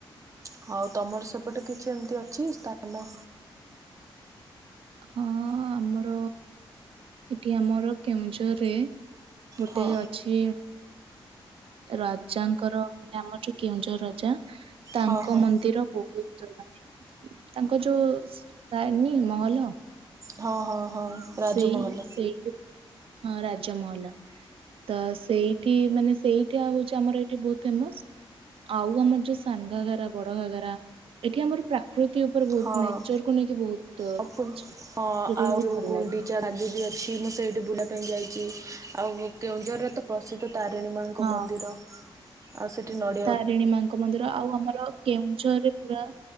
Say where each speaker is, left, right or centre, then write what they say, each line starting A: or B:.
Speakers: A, on the right; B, on the right.
A: ହଉ ତମର ସେପଟେ କିଛି ଏମିତି ଅଛି ସ୍ଥାନ
B: ହଁ ଆମର ଏଠି ଆମର କେଉଁଝରରେ ଗୋଟେ
A: ହଁ
B: ଅଛି ରାଜାଙ୍କର ମାନେ ଆମ ଯୋଉ କେଉଁଝର ରାଜା ତାଙ୍କ
A: ହଁ ହଁ
B: ମନ୍ଦିର ବହୁତ <unintelligible> ତାଙ୍କ ଯୋଉ ତାରନୀ ମହଲ
A: ହଁ- ହଁ- ହଁ।
B: ସେଇ
A: ରାଜମହଲ
B: ସେଇ ହଁ ରାଜମହଲା। ତ ସେଇଠି ମାନେ ସେଇଟା ହଉଛି ଆମର ଏଇଠି ବହୁତ ଫେମସ। ଆଉ ଆମର ଯୋଉ ସାାନଘାଗରା ବଡଘାଗରା, ଏଠି ଆମର ପ୍ରା ପ୍ରକୃତି ଉପରେ ବହୁତ
A: ହଁ।
B: ନେଚରକୁୁ ନେଇକି ବହୁତ
A: ଆଉ
B: ଇଏ
A: ପୁଣି
B: ଅଛି, ଯୋଉଟା
A: ହଁ ଆଉ
B: କି ବହୁତ
A: ଯୋଉ
B: ଭଲ ଲାଗେ।
A: <unintelligible> ଅଛି ମୁଁ ସେଇଠି ବୁଲିବା ପାଇଁ ଯାଇଛି, ଆଉ କେଉଁଝରର ତ ପ୍ରସିଦ୍ଧ ତାରିଣୀ ମାଆଙ୍କ
B: ହଁ
A: ମନ୍ଦିର, ଆଉ ସେଠି ନଡି
B: ତାରିଣୀ ମାଆଙ୍କ ମନ୍ଦିର, ଆଉ ଆମର କେଉଁଝରରେ ପୁରା,